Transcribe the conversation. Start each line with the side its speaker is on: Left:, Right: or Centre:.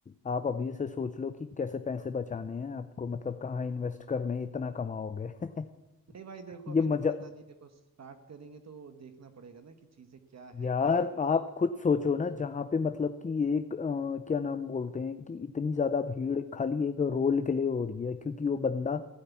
Left: आप अभी से सोच लो कि कैसे पैसे बचाने हैं आपको मतलब कहाँ इन्वेस्ट करने हैं, इतना कमाओगे <laughs>
Right: नहीं भाई देखो अभी
Left: ये मजा
Right: तो पता नहीं देखो स्टार्ट करेंगे तो देखना पड़ेगा ना कि चीजें क्या हैं
Left: यार
Right: क्या नहीं
Left: आप खुद सोचो ना जहाँ पे मतलब कि एक अ, क्या नाम बोलते हैं कि इतनी ज्यादा भीड़ खाली एक रोल के लिए हो रही है क्योंकि वो बंदा